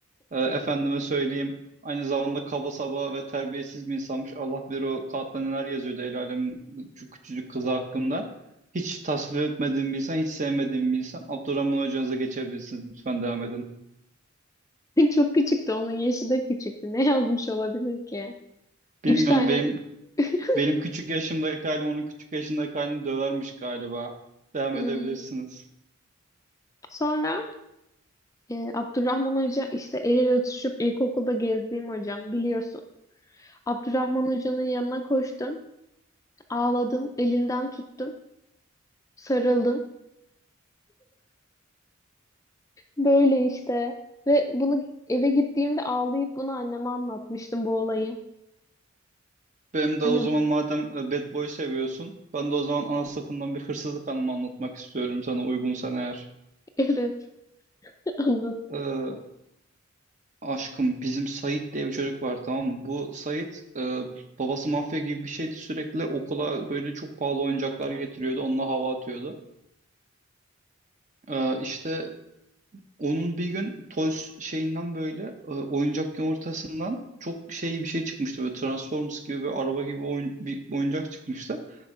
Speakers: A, on the right; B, on the left.
A: E, efendime söyleyeyim aynı zamanda kaba saba ve terbiyesiz bir insanmış. Allah bilir o kağıtta neler yazıyordu el alem şu küçücük kızı hakkında. Hiç tasvip etmediğim bir insan, hiç sevmediğim bir insan. Abdurrahman hocanıza geçebilirsiniz. Lütfen devam edin.
B: Çok küçüktü. Onun yaşı da küçüktü. Ne yazmış olabilir ki?
A: Bilmiyorum
B: Üç tane
A: benim
B: <laughs>
A: benim küçük yaşımdaki halim onun küçük yaşındaki halini dövermiş galiba. Devam
B: Hmm.
A: edebilirsiniz.
B: Sonra Ee, Abdurrahman Hoca işte el ele tutuşup ilkokulda gezdiğim hocam biliyorsun. Abdurrahman Hoca'nın yanına koştum, ağladım, elinden tuttum, sarıldım. Böyle işte ve bunu eve gittiğimde ağlayıp bunu anneme anlatmıştım bu olayı.
A: Benim
B: Annem
A: de o zaman madem e, Bad Boy seviyorsun, ben de o zaman ana sınıfından bir hırsızlık anımı anlatmak istiyorum sana uygunsan eğer.
B: <laughs> evet anlat.
A: Ee, aşkım bizim Sait diye bir çocuk var tamam mı? Bu Sait e, babası mafya gibi bir şeydi sürekli okula böyle çok pahalı oyuncaklar getiriyordu onunla hava atıyordu. Ee, işte onun bir gün Toys şeyinden böyle e, oyuncak yumurtasından çok şey bir şey çıkmıştı böyle Transformers gibi bir araba gibi oyun, bir oyuncak çıkmıştı.